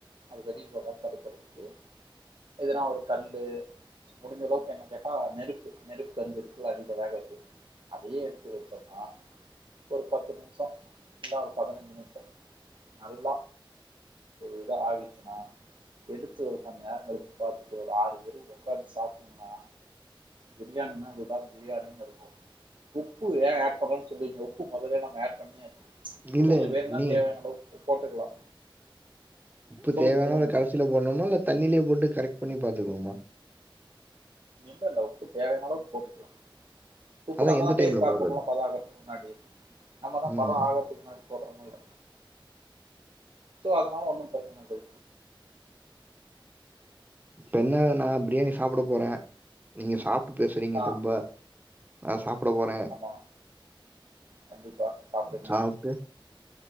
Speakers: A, on the right (about 65°); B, on the right (about 20°).
A: அது வெளியே போகாம தடுக்றதுக்கு எதுனா ஒரு கல்லு முடிஞ்சளவுக்கு என்ன கேட்டா நெருப்பு நெருப்பு கங்கு இருக்குல அடில வேக வச்சு அதயே எடுத்து வச்சோம்ன்னா ஒரு பத்து நிமிஷோ இன்னா ஒரு பதினஞ்சு நிமிஷோ நல்லா எது ஆவிச்சுனா எடுத்து ஒரு கொஞ்ச நேர கழிச்சு பாத்துட்டு ஒரு ஆறு பேர் உக்காந்து சாப்ட்டிங்கன்னா பிரியாணி னா இதுதான் பிரியாணின்னு இருக்கு உப்பு ஏ ஆட் பண்ணலனு சொல்றீங்க உப்பு மொதலே நம்ம ஆட் பண்ணியாச்சு உப்பு
B: இல்ல
A: கொஞ்ச வேணுனா
B: நீ
A: தேவையானளவுக் போட்டுக்கலா
B: உப்பு
A: சொல்லுங்க
B: தேவையானளவு
A: சொல்லுங்க
B: கடைசில போணுமா இல்ல தண்ணிலயே போட்டு கரெக்ட் பண்ணி பாத்துக்கணுமா
A: இப்பல்ல உப்பு தேவையானளவு போட்டுக்கலா உப்பு
B: அதான்
A: நம்மதா
B: எந்த டைம்ல
A: டேஸ்ட் பாக்குறோமோ
B: போடுறது?
A: பதோ ஆகறதுக்கு முன்னாடி நம்ம தா
B: ம்.
A: பதோ ஆகறதுக்கு முன்னாடி போடுறமில்ல சோ அதனால ஒன்னு பிரச்சன இல்லை
B: இப்ப என்ன நா பிரியாணி சாப்பட போறே நீங்க சாப்ட்டு பேசுறீங்க
A: ஆ
B: தெம்பா நா சாப்ட போறே
A: ஆமா கண்டிப்பா சாப்பிடுங்க
B: சாப்ட்டு